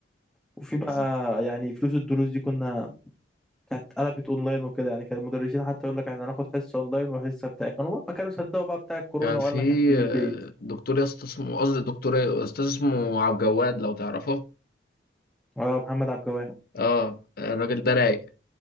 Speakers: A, in the centre; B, on the left.
A: وفي بقى
B: إز-
A: يعني فلوس الدروس دي كنا كانت قلبت اونلاين وكده يعني كان المدرسين حتى يقول لك احنا هناخد حصه اونلاين وحصه بتاع كانوا بقى ما كانوا صدقوا بقى بتاع الكورونا
B: كان
A: وقال
B: في
A: لك هدي من
B: آه،
A: البيت
B: دكتور يا اسطى اسمه قصدي دكتور إيه؟ استاذ اسمه عبد الجواد لو تعرفه
A: اه محمد عبد الجواد
B: اه الراجل ده رايق